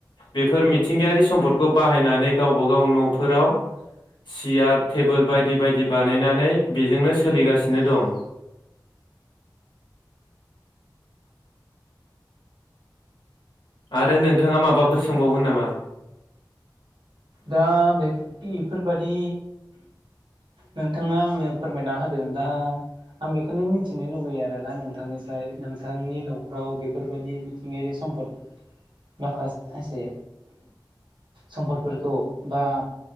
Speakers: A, on the left (about 75°); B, on the right (about 80°).
A: बेफोर मिथिंगायारि सम्पदखौ बाहायनानै गावबा गाव न'फोराव सियार थेबोल बायदि बायदि बानायनानै बेजोंनो सोलिगासिनो दं। आरो नोंथाङा माबाफोर सोंबावगोन नामा?
B: दा बेफ इफोबादि नोंथाङा आंनो फोरमायना होदों। दा आं बेखौनो मिथिनो लुगैयो आरो ना नोंथांनिफ्राय। नोंथांनि न'खराव बेफोरबायदि मिथिंगायारि सम्फद माखासे सम्फद फोरखौ बा